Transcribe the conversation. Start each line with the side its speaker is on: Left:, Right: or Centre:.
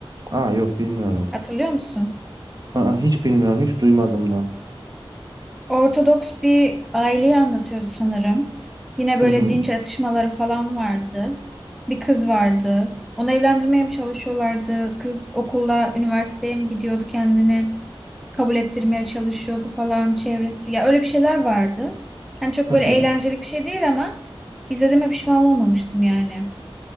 Right: Aa yok bilmiyorum.
Centre: Hatırlıyor musun?
Right: Aa, hiç bilmiyorum, hiç duymadım da.
Centre: Ortodoks bir aileyi anlatıyordu sanırım. Yine böyle
Right: Hı hı.
Centre: dinç atışmaları falan vardı. Bir kız vardı. Onu evlendirmeye mi çalışıyorlardı? Kız okula, üniversiteye mi gidiyordu kendini? Kabul ettirmeye çalışıyordu falan çevresi. Ya öyle bir şeyler vardı. Yani çok
Right: Hı
Centre: böyle
Right: hı.
Centre: eğlenceli bir şey değil ama izlediğime pişman olmamıştım yani.